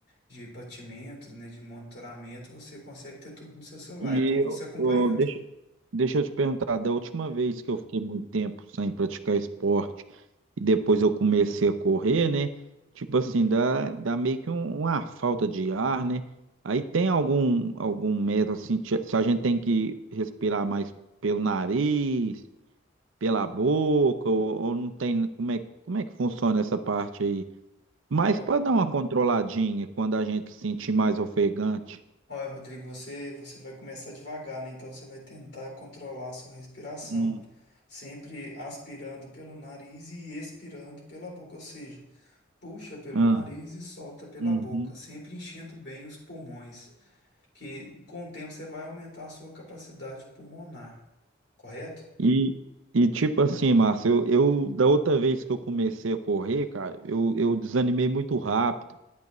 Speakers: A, on the left; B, on the right.
A: de batimentos, né, de monitoramento, você consegue ter tudo no seu celular.
B: E
A: É bom você acompanhando.
B: ô, deixa, deixa eu te perguntar, da última vez que eu fiquei muito tempo sem praticar esporte e depois eu comecei a correr, né? Tipo assim, dá, dá meio que um- uma falta de ar, né? Aí tem algum, algum método, assim, ti- se a gente tem que respirar mais pelo nariz, pela boca, ou, ou não tem, como é, como é que funciona essa parte aí? Mas
A: Ó,
B: para dar uma controladinha quando a gente se sentir mais ofegante.
A: Olha, Rodrigo, você, você vai começar devagar, né? Então você vai tentar controlar a sua respiração,
B: Hum.
A: sempre aspirando pelo nariz e expirando pela boca, ou seja, puxa pelo
B: Ah,
A: nariz e solta pela
B: uhum.
A: boca, sempre enchendo bem os pulmões. que com o tempo você vai aumentar a sua capacidade pulmonar, correto?
B: E, e tipo assim, Márcio, eu, eu da outra vez que eu comecei a correr, cara, eu, eu desanimei muito rápido.